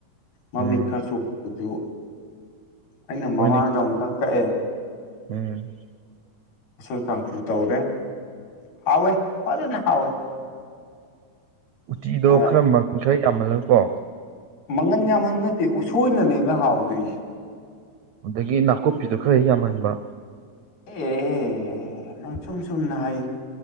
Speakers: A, on the left (about 85°); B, on the right (about 85°).
A: ꯃꯃꯤꯠ
B: ꯎꯝ
A: ꯈꯔ ꯁꯣꯛꯄꯁꯨ ꯑꯩꯅ
B: ꯍꯣꯏꯅꯦ
A: ꯃꯃꯥꯡꯗ ꯑꯃꯨꯛꯇꯪ ꯀꯛꯑꯦ
B: ꯎꯝ
A: ꯏꯁꯩꯣꯏ ꯀꯥꯡꯁꯨ ꯇꯧꯔꯦ ꯍꯥꯎꯋꯦ ꯐꯖꯅ ꯍꯥꯎꯋꯦ
B: ꯎꯇꯤꯗꯣ
A: ꯑ
B: ꯈꯔ ꯃꯟ ꯈꯔ ꯌꯥꯝꯃꯜꯂꯒꯀꯣ
A: ꯃꯪꯒꯟ ꯌꯥꯝꯃꯟ ꯅꯠꯇꯦ ꯎꯁꯣꯏꯅꯅꯦꯅ ꯍꯥꯎꯗꯣꯏ
B: ꯑꯗꯒꯤ ꯅꯥꯀꯨꯞꯄꯤꯗꯨꯣ ꯈꯔꯦꯛ ꯌꯥꯝꯃꯟꯕ
A: ꯑꯦ ꯅꯪ ꯁꯨꯝ ꯁꯨꯝꯅ ꯍꯥꯏ